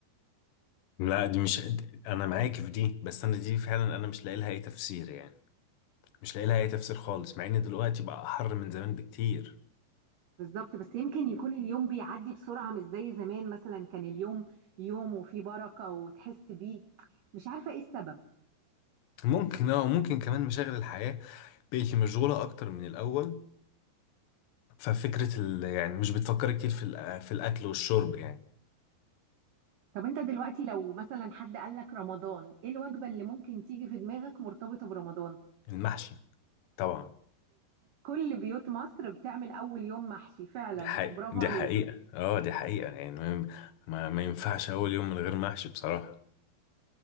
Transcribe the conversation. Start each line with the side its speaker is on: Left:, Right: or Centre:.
Left: لا دي مش انا معاك في دي بس انا دي فعلا انا مش لاقي لها اي تفسير يعني مش لاقي لها اي تفسير خالص مع ان دلوقتي بقى احر من زمان بكتير
Right: بالظبط بس يمكن يكون اليوم بيعدي بسرعه مش زي زمان مثلا كان اليوم يوم وفيه بركه وتحس بيه مش عارفه ايه السبب
Left: ممكن اه ممكن كمان مشاغل الحياة بقت مشغولة اكتر من الاول ففكرة ال... يعني مش بتفكر كتير في الأ- في الاكل والشرب يعني
Right: طب انت دلوقتي لو مثلا حد قال لك رمضان ايه الوجبه اللي ممكن تيجي في دماغك مرتبطه برمضان
Left: المحشي طبعا
Right: كل بيوت مصر بتعمل اول يوم محشي فعلا
Left: دي حقيقة
Right: برافو
Left: دي
Right: عليك
Left: حقيقة اه دي حقيقة يعني ما, ما ما ينفعش اول يوم من غير محشي بصراحة